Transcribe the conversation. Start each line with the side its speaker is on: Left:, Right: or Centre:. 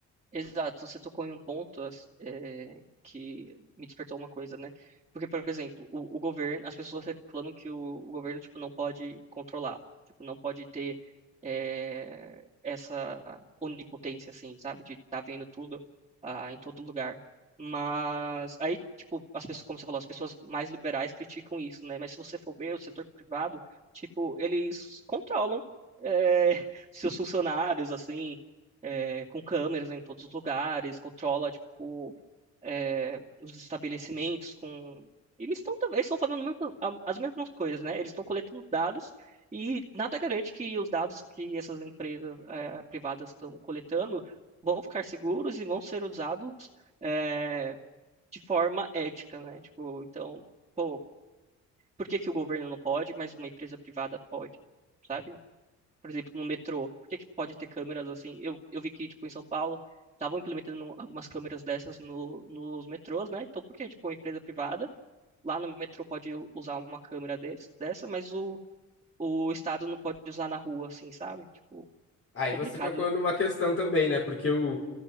Right: Exato, você tocou em um ponto as- eh, que me despertou uma coisa, né? Porque, por exemplo, o, o governo, as pessoas reclamam que o, o governo, tipo, não pode controlar, tipo, não pode ter eh, essa onipotência, assim, sabe? De estar vendo tudo ah, em todo lugar. Mas aí, tipo, as pessoas, como você falou, as pessoas mais liberais criticam isso, né? Mas se você for ver o setor privado, tipo, eles controlam eh, <laughs> seus funcionários, assim é, com câmeras em todos os lugares, controla tipo é, os estabelecimentos com eles estão tam- eles estão fazendo mesmo- a- as mesmas coisas, né? Eles estão coletando dados e nada garante que os dados que essas empresas é, privadas estão coletando vão ficar seguros e vão ser usados é, de forma ética, né? Tipo, então, pô, por que que o governo não pode, mas uma empresa privada pode? sabe? por exemplo, no metrô? Por que que pode ter câmeras assim? Eu, eu vi que, tipo, em São Paulo, estavam implementando algumas câmeras dessas no, nos metrôs, né? Então, por que, tipo, uma empresa privada lá no metrô pode u- usar uma câmera desse, dessa, mas o, o Estado não pode usar na rua, assim, sabe? Tipo,
Left: Aí
Right: complicado,
Left: você tocou
Right: né?
Left: numa questão também, né? Porque o,